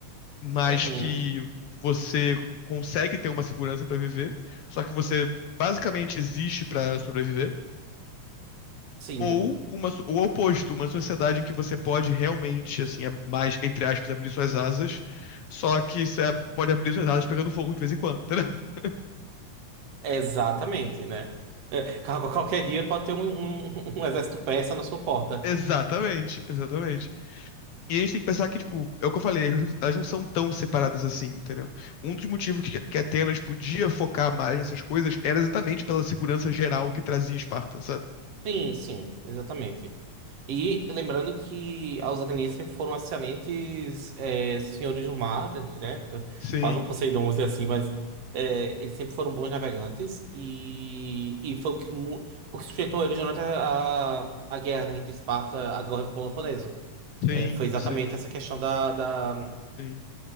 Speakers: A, on the left; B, on the right.
A: mas
B: Uhum,
A: que você consegue ter uma segurança para viver, só que você basicamente existe para sobreviver
B: sim,
A: ou uma, so- o oposto, uma sociedade em que você pode realmente, assim, a- mais, entre aspas, abrir suas asas, só que você pode abrir suas asas pegando fogo de vez em quando, entendeu? <laughs>
B: exatamente, né? É, qual- qualquer dia pode ter um, um <laughs> um exército persa na sua porta.
A: Exatamente, exatamente. E a gente tem que pensar que, tipo, é o que eu falei, elas não elas não são tão separadas assim, entendeu? Um dos motivos que, que Atenas podia focar mais nessas coisas era exatamente pela segurança geral que trazia Esparta, sabe?
B: Sim, sim, exatamente. E lembrando que os atenienses sempre foram excelentes é, senhores do mar, né?
A: Sim,
B: Quase um Poseidon, vamos dizer assim, mas é, eles sempre foram bons navegantes e, e foi o que, mu- foi o que sustentou eles durante a, a, a guerra né, entre Esparta a e Peloponeso.
A: sim,
B: É, foi exatamente
A: sim,
B: essa questão da, da,
A: sim.